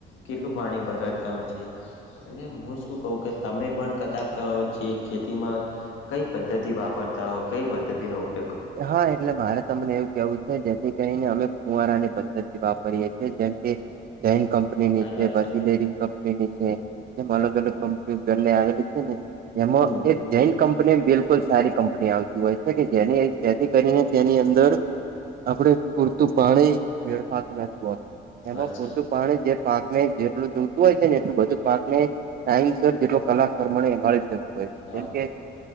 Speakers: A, on the left; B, on the right.
A: કેટલું પાણી બગાડતા હોય છે. એટલે હું શું કવ કે તમે પણ કદાચ જે ખેતીમાં. કઈ પદ્ધતિ વાપરતા હોય કઈ પદ્ધતિ નોક.
B: હા એટલે મારે. તમને એવું કેવું છે જેથી કરીને અમે કુંવારાની પદ્ધતિ વાપરીએે છીએ જેમ કે. જન કંપની
A: હા
B: છે.
A: વાત
B: પછી બેરિંગ કંપની. એ અલગ અલગ કંપ્યુ બને આવેલી છે. ને
A: સાચી
B: એમાં એક. જૈન કંપની બિલકુલ સારી કંપની આવતી હોય છે. કે જેને. તેથી કરીને તેની અંદર આપણે પૂરતું પાણી ફેડફાતું ના હતું. એમાં
A: વાત
B: પૂરતું
A: સાચી
B: પાણી જે. પાક ને જેટલું જોતું હોય છે. ને એટલું બધું પાક ને ટાઈમ સર જેટલો કલાક પ્રમાણેરે.
A: હા
B: મ કે